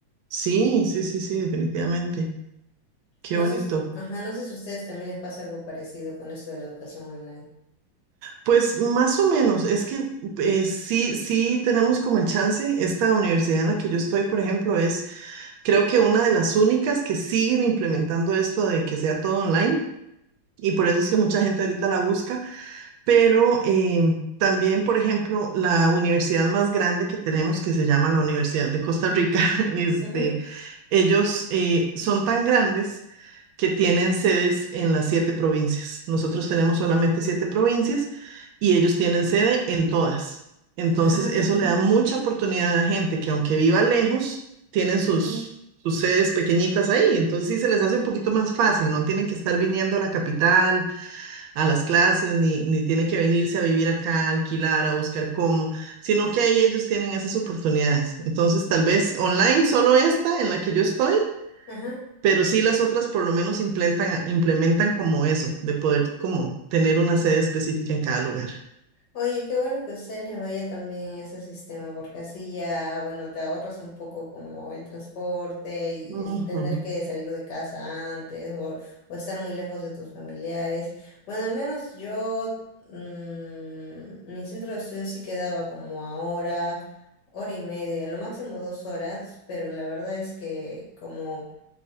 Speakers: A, on the right; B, on the left.
A: sí, sí, sí, sí, definitivamente, qué
B: No
A: bonito.
B: sé, s- ajá, no sé si a ustedes también les pasa algo parecido con eso de la educación online.
A: Pues más o menos, es que eh, sí, sí tenemos como el chance, esta universidad en la que yo estoy, por ejemplo, es creo que una de las únicas que siguen implementando esto de que sea todo online y por eso es que mucha gente ahorita la busca. Pero eh, también, por ejemplo, la universidad más grande que tenemos, que se llama la Universidad de Costa Rica, <laughs> este,
B: Ajá.
A: ellos eh, son tan grandes que tienen sedes en las siete provincias. Nosotros tenemos solamente siete provincias y ellos tienen sede en todas. Entonces,
B: Ah,
A: eso le da mucha oportunidad a la gente que aunque viva lejos, tienen sus,
B: ajá,
A: sus sedes pequeñitas ahí. Entonces, sí se les hace un poquito más fácil, no tienen que estar viniendo a la capital a las clases, ni, ni tiene que venirse a vivir acá, a alquilar, a buscar cómo, sino que ahí ellos tienen esas oportunidades. Entonces, tal vez online solo esta en la que yo estoy,
B: ajá.
A: pero sí las otras por lo menos implementan, implementan como eso, de poder como tener una sede específica en cada lugar.
B: Oye, qué bueno que a ustedes les vaya también ese sistema, porque así ya, bueno, te ahorras un poco como el transporte y
A: Ujú.
B: el tener que salir de casa antes o, o estar muy lejos de tus familiares. Bueno, al menos yo, mm, mi centro de estudio sí quedaba como a hora, hora y media, lo máximo dos horas, pero la verdad es que como...